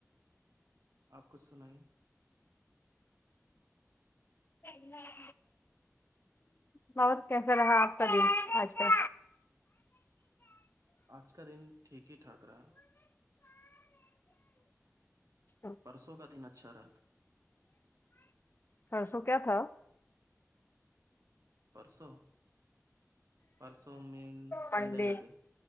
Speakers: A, on the right; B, on the left.
A: آپ کچھ سنائیے
B: اچچ بت کیسا رہا آپ کا دن آج کل
A: آج کا دن ٹھیک ہی ٹھاک رہا
B: ہ
A: پرسوں کا دن اچھا رہا
B: پررسو کیا تھا
A: پرسوں پرسوں میں
B: منڈے
A: سنڈے کا دن